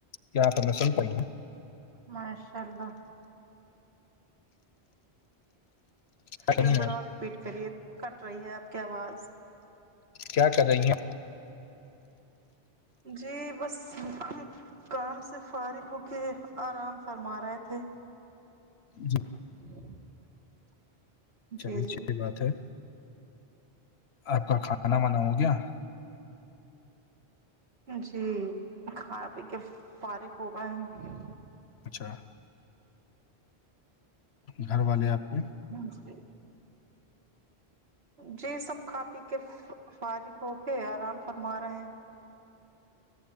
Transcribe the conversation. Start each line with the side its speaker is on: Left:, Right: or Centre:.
Left: کیا آپ ہمیں سن پائی ہیں <unintelligible>
Right: ماشاءاللہ-
Left: ہیں
Right: ایک بار اور رپیٹ کریے کٹ رہی ہے آپ کی آواز-
Left: کیا کر رہیں ہیں?
Right: جی بس ہم- کام سے فارغ ہو کے آرام فرما رہے تھے-
Left: جی
Right: <inaudible>
Left: چلیےچحھی
Right: جی جی
Left: بات ہے آپ کا کھانا بنا ہو گیا-
Right: جی کھانا پی کے فارغ ہو گئے ہیں-
Left: اچھا گھر والے آپ کے
Right: ہ جی جی سب کھا پی کے فارغ ہو کے آرام فرما رہے ہیں